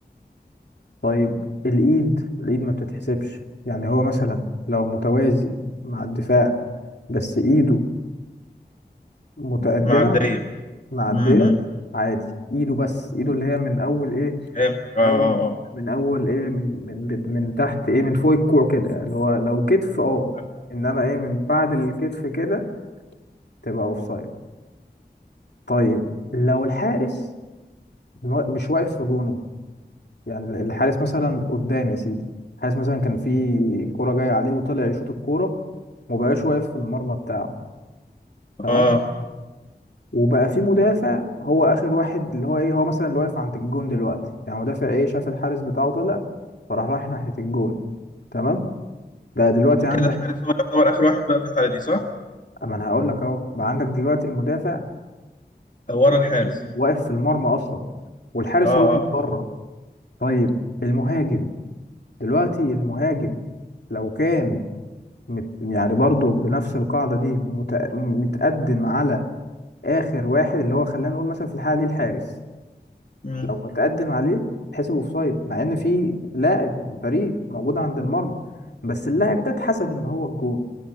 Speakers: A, on the left; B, on the left.
A: طيب الايد الايد ما بتتحسبش يعني هو مثلا لو متوازي مع الدفاع بس ايده متقدمة
B: معدية
A: معدية
B: امم
A: عادي ايده بس ايده اللي هي من اول ايه
B: فهمتك اه
A: من اول
B: اه
A: من اول ايه من من من من تحت ايه من فوق الكوع كده يعني اللي هو لو كتف اه
B: اه
A: انما ايه من بعد الكتف كده تبقى اوفسايد طيب لو الحارس مو- مش واقف في جونه يعني الحارس مثلا قدام يا سيدي الحارس مثلا كان في كرة جاية عليه وطلع يشوط الكورة ومبقاش واقف في المرمى بتاعه تمام
B: اه اه.
A: وبقى في مدافع هو اخر واحد اللي هو ايه هو مثلا اللي واقف عند الجون دلوقتي يعني مدافع ايه شاف الحارس بتاعه طلع فراح رايح ناحية الجون تمام بقى دلوقتي عندك
B: كده الحارس هو يعتبر آخر واحد بقى في الحالة دي صح؟
A: اما انا هقول لك اهو بقى عندك دلوقتي المدافع
B: آه، ورا
A: واقف
B: الحارس
A: في واقف في المرمى اصلا والحارس
B: اه اه
A: هو اللي بره
B: اه
A: طيب المهاجم دلوقتي المهاجم لو كان مت يعني برضه بنفس القاعدة دي مت... متقدم على آخر واحد اللي هو خلينا نقول مثلا في الحالة دي الحارس
B: مم.
A: لو اتقدم عليه تحسب اوفسايد مع ان في لاعب من الفريق موجود عند المرمى بس اللاعب ده اتحسب ان هو الجون